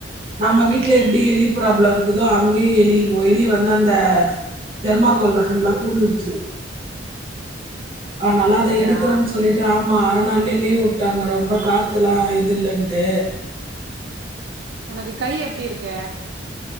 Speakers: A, on the right (about 30°); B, on the right (about 60°).
A: நம்ம வீட்டுல எப்டி எலி ப்ராப்ளம் இருக்குதோ அங்கேயே எலி வெளிய வந்து அந்த தெர்மாக்கோல்ல ஃபுல்லா பூந்துருச்சு ஆனல்லா
B: அப்டியா
A: அத எடுக்கறேன்னு சொல்லிட்டு ஆமா அரநாளே லீவு விட்டாங்க ரொம்ப காத்துலாம் இல்லண்டு
B: உனக்கு கை எப்டி இருக்கு